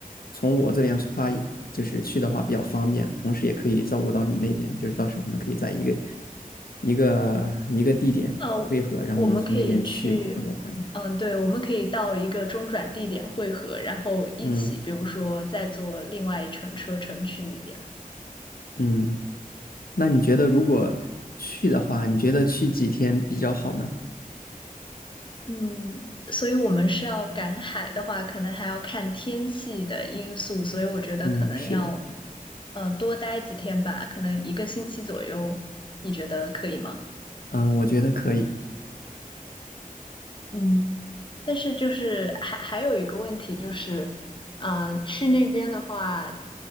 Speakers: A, on the left (about 85°); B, on the left (about 35°).
A: 从我这边出发，就是去的话比较方便，同时也可以照顾到你那边，就是到时候我们可以在一个一个一个地点汇合，
B: 呃，
A: 然后我们从那边去布列塔尼。
B: 我们可以去，嗯，对，我们可以到一个中转地点汇合，然后一起，
A: 嗯
B: 比如说再坐另外一程车程去那边。
A: 嗯，那你觉得如果去的话，你觉得去几天比较好呢？
B: 嗯，所以我们是要赶海的话，可能还要看天气的因素，所以我觉得可能要，
A: 嗯，是的，
B: 嗯、多待几天吧，可能一个星期左右，你觉得可以吗？
A: 嗯，我觉得可以。
B: 嗯，但是就是还还有一个问题就是，呃，去那边的话，